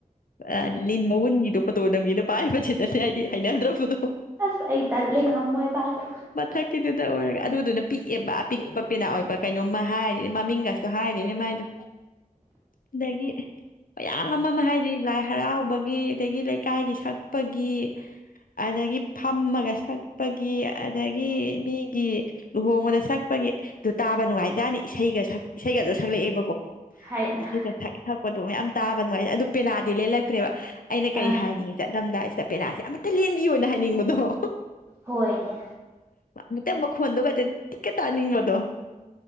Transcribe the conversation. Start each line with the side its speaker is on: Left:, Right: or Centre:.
Left: ꯑ ꯂꯤꯟ ꯃꯥꯎꯟꯒꯤꯗꫭ ꯐꫭꯇꫭ꯫ ꯅꯝꯒꯦꯅ ꯄꯥꯏꯕꯁꯤꯗꯅꯦ ꯑꯩꯗꯤ ꯍꯩꯅꯗ꯭ꯔꯕꯗꫭ꯫
Right: ꯑꯁ ꯑꯩ ꯇꯜꯂꯦ ꯉꯃꯣꯏ ꯄꯥꯏꯗ
Left: ꯃꯊꯛꯀꯤꯗꯨꯗ ꯑꯣꯏꯔꯒ ꯑꯗꯨꯗꯨꯅ ꯄꯤꯛꯑꯦꯕ ꯑꯄꯤꯛꯄ ꯄꯦꯅꯥ ꯑꯣꯏꯕ ꯀꯩꯅꯣꯝꯃ ꯍꯥꯏꯔꯤꯅꯦ ꯃꯃꯤꯡꯒꯁꯨ ꯍꯥꯏꯔꯤꯅꯦ ꯃꯥꯏꯗꯣ ꯑꯗꯒꯤ ꯃꯌꯥꯝ ꯑꯃ ꯑꯃ ꯍꯥꯏꯗꯤ ꯂꯥꯏ ꯍꯔꯥꯎꯕꯒꯤ ꯑꯗꯒꯤ ꯂꯩꯀꯥꯏꯒꯤ ꯁꯛꯄꯒꯤ ꯑꯗꯒꯤ ꯐꯝꯃꯒ ꯁꯛꯄꯒꯤ ꯑꯗꯒꯤ ꯃꯤꯒꯤ ꯂꯨꯍꯣꯡꯕꯗ ꯁꯛꯄꯒꯤ ꯑꯗꯨ ꯇꯥꯕ ꯅꯨꯡꯉꯥꯏꯖꯥꯅꯤ ꯏꯁꯩꯒ ꯁꯛ ꯏꯁꯩꯒꯖꯨ ꯁꯛꯂꯛꯑꯦꯕꯀꯣ
Right: ꯍꯥꯏꯅ
Left: ꯏꯁꯩꯒ ꯁꯛ ꯀꯣ ꯑꯗꯨꯝ ꯌꯥꯝ ꯇꯥꯕ ꯅꯨꯡꯉꯥꯏ ꯍꯥꯏꯗꯤ ꯑꯗꯨ ꯄꯦꯅꯥ ꯂꯦꯜꯂꯛꯇ꯭ꯔꯦꯕ ꯑꯩꯅ ꯀꯔꯤ
Right: ꯑꯥ
Left: ꯍꯥꯏꯅꯤꯡꯉꯤ ꯆꯠꯂꯝꯗꯥꯏꯁꯤꯗ ꯄꯦꯅꯥꯁꯦ ꯑꯃꯨꯛꯇ ꯂꯦꯟꯕꯤꯌꯣꯅ ꯍꯥꯏꯅꯤꯡꯕꯗꯣ
Right: ꯍꯣꯏꯅꯦ
Left: ꯍꯦꯛꯇ ꯃꯈꯟꯗꯨꯒ ꯍꯦꯛꯇ ꯇꯥꯅꯤꯡꯕꯗꯣ